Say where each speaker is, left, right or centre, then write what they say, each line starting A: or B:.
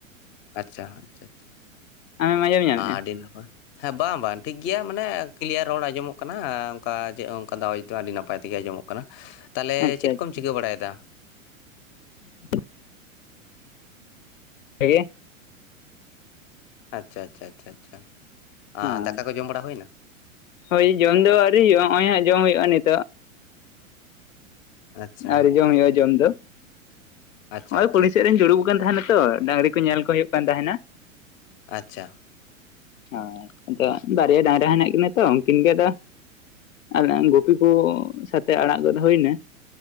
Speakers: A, on the left (about 30°); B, on the left (about 70°).
A: ᱟᱪᱪᱷᱟ, ᱟᱪᱪᱷᱟ ᱟᱪᱪᱷᱟ ᱟᱪᱪᱷᱟ,
B: ᱟᱢᱮᱢ ᱟᱸᱡᱚᱢ ᱧᱟᱢᱮᱫᱼᱟ
A: ᱟᱹᱰᱤ ᱱᱟᱯᱟᱭ ᱾ ᱦᱮᱸ ᱵᱟᱝ ᱵᱟᱝ ᱴᱷᱤᱠ ᱜᱮᱭᱟ ᱢᱟᱱᱮ ᱠᱞᱤᱭᱟᱨ ᱨᱚᱲ ᱟᱸᱡᱚᱢᱚᱜ ᱠᱟᱱᱟ ᱚᱱᱠᱟ ᱪᱮᱫ ᱦᱚᱸ ᱚᱱᱠᱟ ᱫᱚ ᱟᱣᱟᱡᱽ ᱫᱚ ᱟᱹᱰᱤ ᱱᱟᱯᱟᱭ ᱛᱮᱜᱮ ᱟᱸᱡᱚᱢᱚᱜ ᱠᱟᱱᱟ ᱾ ᱛᱟᱦᱚᱞᱮ
B: ᱟᱪᱪᱷᱟ
A: ᱪᱮᱫ
B: ᱟᱪᱪᱷᱟ
A: ᱠᱚᱢ ᱪᱤᱠᱟᱹ ᱵᱟᱲᱟᱭᱮᱫᱟ?
B: <unintelligible> <unintelligible>
A: ᱟᱪᱪᱷᱟ ᱟᱪᱪᱷᱟ ᱟᱪᱪᱷᱟ ᱟᱪᱪᱷᱟ,
B: ᱦᱳᱭ
A: ᱟᱨ ᱫᱟᱠᱟ ᱠᱚ ᱡᱚᱢ ᱵᱟᱲᱟ ᱦᱩᱭᱮᱱᱟ?
B: ᱦᱳᱭ ᱡᱚᱢ ᱫᱚ ᱟᱹᱣᱨᱤ ᱦᱩᱭᱩᱜᱼᱟ ᱱᱚᱜᱼᱚᱭ ᱦᱟᱸᱜ ᱡᱚᱢ ᱦᱩᱭᱩᱜᱼᱟ ᱱᱤᱛᱚᱜ ᱾
A: ᱟᱪᱪᱷᱟ
B: ᱟ. ᱣᱨᱤ ᱡᱚᱢ ᱦᱩᱣᱩᱜᱼᱟ ᱡᱚᱢ ᱫᱚ ᱾
A: ᱟᱪᱪᱷᱟ
B: ᱱᱚᱜᱼᱚᱭ
A: ᱟᱪᱪᱷᱟ
B: ᱠᱩᱞᱦᱤ
A: ᱟᱪᱪᱷᱟ
B: ᱥᱮᱫ ᱨᱤᱧ ᱡᱩᱲᱩᱵ ᱠᱟᱱ ᱛᱟᱦᱮᱱᱟ ᱛᱚ ᱰᱟᱸᱝᱨᱤ ᱠᱚ ᱧᱮᱞ ᱠᱚ ᱦᱩᱭᱩᱜ ᱠᱟᱱ ᱛᱟᱦᱮᱱᱟ ᱾
A: ᱟᱪᱪᱷᱟ ᱾
B: ᱦᱳᱭ, ᱟᱫᱚ ᱵᱟᱨᱭᱟ ᱰᱟᱸᱝᱨᱟ ᱦᱮᱱᱟᱜ ᱠᱤᱱᱟᱹ ᱛᱚ ᱩᱱᱠᱤᱱ ᱜᱮ ᱟᱫᱚ <unintelligible> ᱜᱩᱯᱤ ᱠᱚ ᱥᱟᱛᱮ ᱟᱲᱟᱜ ᱜᱚᱫ ᱦᱩᱭ ᱮᱱᱟ ᱾